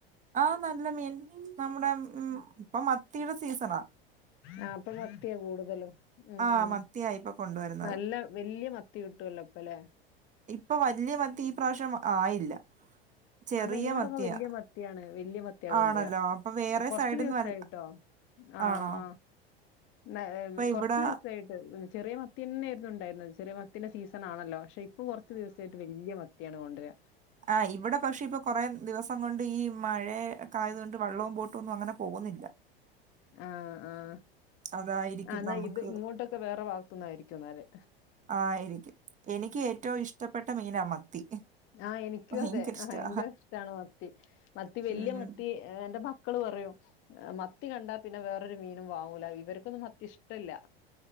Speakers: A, on the right; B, on the left.
A: ആഹ് നല്ല മീൻ നമ്മുടെ
B: ഉം
A: ഇപ്പൊ മത്തിടെ സീസണാ.
B: ആ പ്പൊ മത്തിയാ കൂടുതലും മ്
A: ആഹ് മത്തിയാ ഇപ്പൊ കൊണ്ടുവരുന്നത്
B: നല്ല വെല്യ മ ത്തി കിട്ടുല്ലോ പ്പലെ?
A: ഇപ്പൊ വല്ല്യ മത്തി ഈ പ്രാവശ്യം ആയില്ല. ചെറിയ
B: ആ ന്നാ ഇങ്ങോട്ടൊക്കെ
A: മത്തിയാ
B: വെല്ല്യ മത്തിണ് വെല്ല്യ മത്തിയാ കൊണ്ടര
A: ആണല്ലോ അപ്പൊ വേറെ
B: കൊറച്
A: സൈഡിൽന്ന്
B: ദിവസായിട്ടോ.
A: വല്ല
B: ആഹ
A: ആണോ
B: ആഹ ന്ന
A: ഇപ്പൊ
B: കൊറച്ച്
A: ഇവിടെ
B: ദിവസായിട്ട് ചെറിയ മത്തിന്നെരുന്നു ണ്ടായിര്ന്നത് ചെറിയ മത്തിന്റെ സീസണാണല്ലോ പക്ഷെ ഇപ്പം കൊറച്ച് ദിവസയിട്ട് വെല്ല്യ മ ക്യാണ് കൊണ്ട് രാ.
A: ആ ഇവിടെ പക്ഷെ ഇപ്പൊ കൊറേ ദിവസം കൊണ്ട് ത് ഈ മഴെക്കായതുകൊണ്ട് വള്ളവും ബോട്ടുന്നും അങ്ങനെ പോവുന്നില്ല.
B: ആഹ ആഹ..
A: അതായിരിക്കും
B: ആ ന്നാ
A: നമുക്ക്
B: ഇത് ഇങ്ങോട്ടൊക്കെ വേറെ ഭാഗത്തുന്ന ആയിരിക്കും ന്നാല്.
A: ആയിരിക്കും എനിക്ക് ഏറ്റവും ഇഷ്ടപ്പെട്ട മീനാ മത്തി.
B: ആഹ എനിക്കും
A: ഭയങ്കര
B: അതെ
A: ഇഷ്ടാ
B: ഭയങ്കര ഇഷ്ടാണ് മത്തി മത്തി വെല്ല്യ
A: ഉം
B: മത്തി ഏ എന്റെ മക്കള് പറയും മത്തി കണ്ടാ പിന്നെ വേറൊരു മീനും വാങ്ങൂല ഇവർക്കൊന്നും മത്തി ഇഷ് ട്ടല്ല